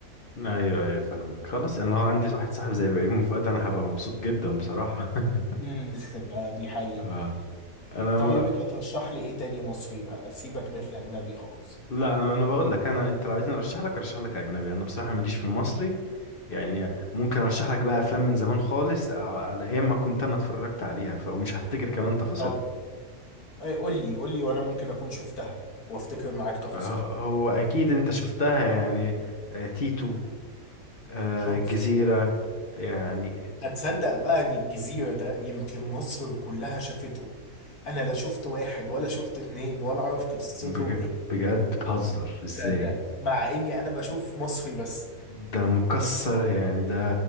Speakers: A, on the left; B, on the left.
A: ايوه ايوه فاهمك خلاص انا لو عندي واحد صاحب زي بيومي فؤاد انا هبقى مبسوط جدا بصراحة <laughs>
B: امم <laughs> ده دي حقيقة
A: اه انا
B: طيب
A: م...
B: انت ترشح لي ايه تاني مصري بقى سيبك من الاجنبي خالص
A: لا انا انا بقول لك انا انت لو عايزني ارشح لك ارشح لك اجنبي انا بصراحة ماليش في المصري يعني ممكن ارشح لك بقى افلام من زمان خالص آه، على ايام ما كنت انا اتفرجت عليها ف... ومش هفتكر كمان تفاصيلها
B: طب إيه قول لي قول لي وانا ممكن اكون شفتها وافتكر معاك تفاصيلها
A: آه، هو اكيد انت شفتها يعني آه، تيتو آه،
B: شفته
A: الجزيرة
B: طبعا
A: يعني
B: هتصدق بقى ان الجزيرة ده يمكن مصر كلها شافته انا لا شفت واحد ولا شفت اتنين ولا اعرف قصتهم
A: بج...
B: ايه
A: بجد بتهزر ازاي
B: صدق مع اني انا بشوف مصري بس
A: ده مكسر يعني ده